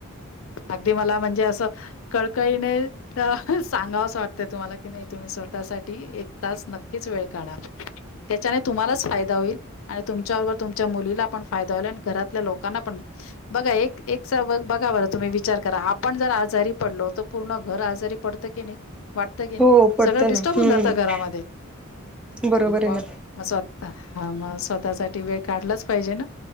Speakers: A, on the left; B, in the centre.
A: अगदी मला म्हणजे असं कळकळीने सांगावचं वाटत तुम्हाला कि नाही तुम्ही स्वतःसाठी एक तास नक्की नक्कीच वेळ काढा. त्याच्याने तुम्हालाच फायदा होईल, आणि तुमच्याबरोबर तुमच्या मुलीला पण फायदा होईल आणि घरातल्या लोकांना पण बघा एक बघा बर तुम्ही विचार करा, आपण जर आजारी पडलो तर पूर्ण घर आजारी पडतं की नाही? वाटत की नाही
B: हो पडतं
A: सगळं डिस्टर्ब
B: ना हम्म
A: होऊन जात, घरामध्ये
B: बरोबर
A: मग
B: आहे ना
A: अस वाटतं हा मग स्वतःसाठी वेळ काढलाच पाहिजे ना.